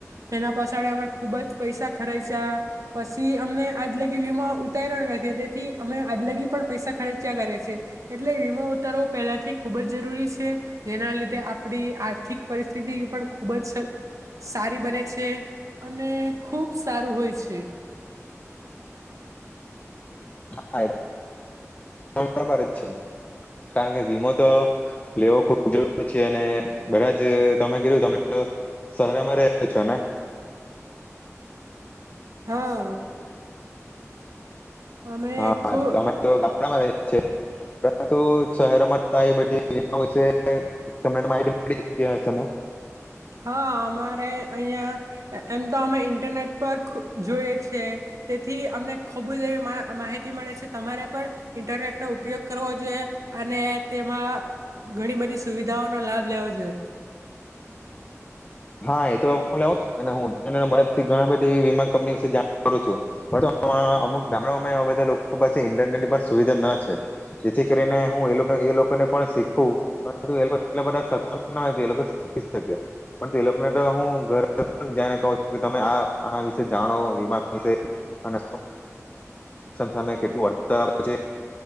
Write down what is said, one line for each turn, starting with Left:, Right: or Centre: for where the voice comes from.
Right: તેના પાછળે અમે ખૂબ જ પૈસા ખર્ચ્યા પછી અમને આજલગી વીમા ઉતાર્યો નથી તેથી અમે આજલગી પણ પૈસા ખર્ચ્યા કરે છેએ એટલે વીમા ઉતારવો પહેલાથી ખૂબ જ જરૂરી છે. જેના લીધે આપડી આર્થિક પરિસ્થિતિ પણ ખૂબ જ સારી બને છે અને ખૂબ સારું હોય છે.
Left: <inaudible> બરાબર જ છે કારણ કે વીમો તો લેવો ખુબ જરૂર છે અને બધા જ તમે કીધું તમે હલો સારા મે રહ્યો છો ને
Right: હા અમે
Left: હા
Right: ખૂબ
Left: તો ગામડામાં રહે પરંતુ શહેરોમાં બધી વિશે તમને માહિતી મળી જતી હશે ને
Right: હા અમારે અહીયાં એમ તો અમે ઇન્ટરનેટ પર જોઈએ છે તેથી અમને ખૂબ જ એવી માહિતી મળે છે તમારે પણ ઇન્ટરનેટનો ઉપયોગ કરવો જોઈએ અને તેમાં ઘણી બધી સુવિધાઓનો લાભ લેવો જોઈએ
Left: હા એ તો હું લેઉ અને હું મદદથી ઘણા બધી એવી વિમા કંપની વિશે જાણ કરું છું બરોબ પણ અમુક ગામડામાં એવા બધા લોકો લોકો પાસે ઇન્ટરનેટની પણ સુવિધા ન છે જેથી કરીને હું એ લોકોને પણ શીખું એટલા બધા સક્ષમ ના હોય કે એ લોકો શીખી શકે પણ તે લોકોને હું ઘર જઈને કહું છું કે તમે આ વિસે જાણો વમા નકાન સામે કેટલુંળતર છે